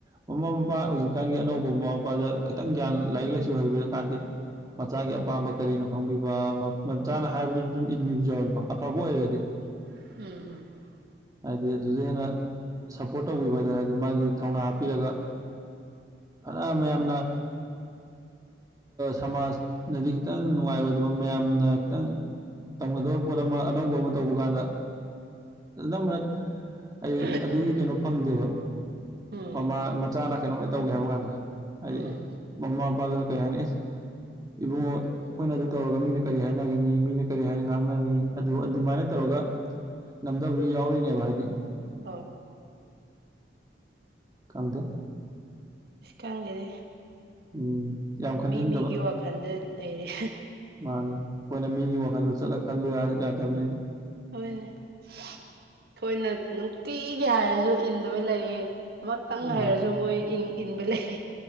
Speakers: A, on the right (about 20°); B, on the right (about 60°).
A: ꯃꯃꯥ ꯃꯄꯥ ꯍꯧꯖꯤꯛꯀꯥꯟꯒꯤ ꯑꯅꯧꯕ ꯃꯃꯥ ꯃꯄꯥꯗ ꯈꯤꯇꯪ ꯒ꯭ꯌꯥꯟ ꯂꯥꯏꯔꯤꯛ ꯂꯥꯏꯁꯨ ꯍꯩꯕꯗ ꯀꯥꯟꯗꯤ ꯃꯆꯥꯒꯤ ꯑꯄꯥꯝꯕ ꯀꯔꯤꯅꯣ ꯈꯪꯕꯤꯕ ꯃꯆꯥꯅ
B: ꯎꯝ
A: ꯍꯥꯏꯕꯗꯨꯁꯨ ꯑꯗꯨꯝ ꯏꯟꯕꯤꯕꯁꯨ ꯌꯥꯎꯋꯀꯣ ꯑꯐꯕ ꯑꯣꯏꯔꯒꯗꯤ
B: ꯎꯝ ꯎꯝ ꯎꯝ
A: ꯍꯥꯏꯗꯤ ꯑꯗꯨꯗ ꯍꯦꯟꯅ ꯁꯞꯄꯣꯔꯠ ꯇꯧꯕꯤꯕ ꯍꯥꯏꯗꯅ ꯍꯥꯏꯗꯤ ꯃꯥꯒꯤ ꯊꯧꯅꯥ ꯍꯥꯞꯄꯤꯔꯒ ꯐꯅ ꯃꯌꯥꯝꯅ ꯁꯃꯥꯖꯅꯗꯤ ꯈꯤꯇꯪ ꯅꯨꯡꯉꯥꯏꯔꯣꯏꯗꯕ ꯃꯌꯥꯝꯅ ꯈꯤꯇꯪ ꯇꯧꯒꯗꯕ ꯄꯣꯠ ꯑꯃ ꯑꯅꯧꯕ ꯑꯃ ꯇꯧꯕ ꯀꯥꯟꯗ ꯑꯝꯕꯅ ꯑꯩ
B: ꯎꯝ ꯎꯝ
A: ꯑꯗꯨꯒꯤ ꯀꯩꯅꯣ ꯐꯪꯗꯦꯕ
B: ꯎꯝ
A: ꯃꯃꯥ ꯃꯆꯥꯅ ꯀꯩꯅꯣꯝꯃꯥꯏ ꯇꯧꯒꯦ ꯍꯥꯏꯕ ꯀꯥꯟꯗ ꯍꯥꯏꯗꯤ
B: ꯎꯝ
A: ꯃꯃꯥ ꯃꯄꯥꯗꯨꯅ ꯀ ꯑꯁ ꯏꯕꯨꯡꯉꯣ ꯑꯩꯈꯣꯏꯅ ꯑꯗꯨ ꯇꯧꯔꯒ ꯃꯤꯅ ꯀꯔꯤ ꯍꯥꯏꯅꯈꯤꯅꯤ ꯃꯤꯅ ꯀꯔꯤ ꯍꯥꯏꯅ ꯉꯥꯡꯅꯅꯤ ꯑꯗꯨ ꯑꯗꯨꯃꯥꯏꯅ ꯇꯧꯔꯒ ꯉꯝꯗꯕꯁꯨ ꯌꯥꯎꯔꯤꯅꯦꯕ ꯍꯥꯏꯗꯤ
B: <unintelligible>
A: ꯀꯝꯗ
B: ꯏꯁꯀꯪꯒꯦꯗꯤ
A: ꯎꯝ ꯌꯥꯝ ꯈꯟꯖꯤꯟꯗꯕ
B: ꯃꯤ ꯃꯤꯒꯤ ꯋꯥ ꯈꯟꯗ ꯂꯩꯔꯦ
A: ꯃꯥꯅꯦ ꯑꯩꯈꯣꯏꯅ ꯃꯤꯒꯤ ꯋꯥꯈꯜꯗꯨ ꯆꯠꯂ ꯈꯜꯂꯨ ꯌꯥ-ꯌꯥꯗꯕꯅꯤꯅ
B: ꯍꯅꯦ ꯑꯩꯈꯣꯏꯅ ꯅꯨꯡꯇꯤꯒꯤ ꯍꯥꯏꯔꯁꯨ ꯏꯟꯗꯕ ꯂꯩꯌꯦ ꯑꯃꯇꯪ
A: ꯃꯥꯅꯦ
B: ꯍꯥꯏꯔꯁꯨ ꯃꯣꯏ ꯏꯟ ꯏꯟꯕ ꯂꯩ